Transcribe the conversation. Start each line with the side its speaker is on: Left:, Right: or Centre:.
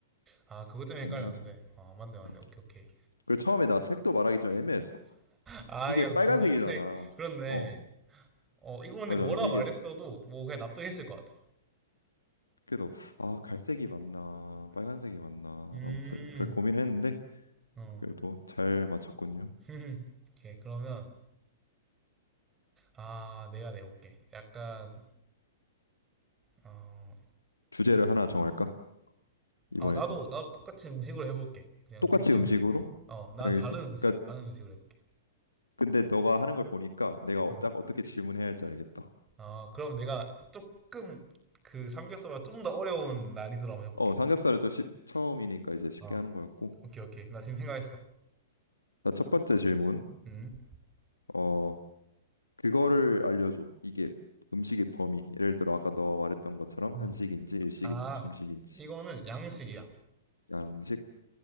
Right: 아, 그것 때문에
Left: 가능하죠.
Right: 헷갈렸는데. 아, 맞네, 맞네.
Left: 어.
Right: 오케이, 오케이.
Left: 그리고 처음에 나 색도 말하기 좀 애매했어.
Right: 아,
Left: 이게
Right: 야,
Left: 빨간색이잖아.
Right: 분홍색. 그렇네.
Left: 어,
Right: 어, 이거 근데
Left: 맞아,
Right: 뭐라
Left: 맞아. 이게
Right: 말했어도,
Left: 참-
Right: 뭐, 그냥 납득했을 것 같아.
Left: 그래서 아, 갈색이 맞나, 빨간색이 맞나.
Right: 음,
Left: 아무튼 그렇게 고민했는데
Right: 어.
Left: 그래도 잘 맞췄군요.
Right: <laughs> 오케이, 그러면. 아, 내가 내볼게. 약간, 어,
Left: 주제를 하나 정할까? 이번에도
Right: 아, 나도, 나도 똑같이 음식으로 해볼게. 그냥
Left: 똑같이
Right: 음식만.
Left: 음식으로?
Right: 하는 거. 어, 난
Left: 알겠어.
Right: 다른 음식,
Left: 그러니까
Right: 다른 음식으로 해볼게.
Left: 근데 너가 하는 걸 보니까 내가 어-
Right: 어,
Left: 딱 어떻게 질문해야 할지 알겠다.
Right: 어, 그럼 내가 조금 그 삼겹살보다 좀 더 어려운 난이도로 한번 해볼게.
Left: 어, 삼겹살은 좀 쉽- 처음이니까 이제 쉽게
Right: 어,
Left: 하는 거였고.
Right: 오케이, 오케이. 나 지금 생각했어.
Left: 자, 첫 번째 질문.
Right: 음.
Left: 어, 그거를 알려줘. 이게 음식의 범위. 예를 들어 아까 너와 말했던 것처럼
Right: 음.
Left: 한식인지 일식인지
Right: 아,
Left: 중식인지
Right: 이거는 양식이야.
Left: 양식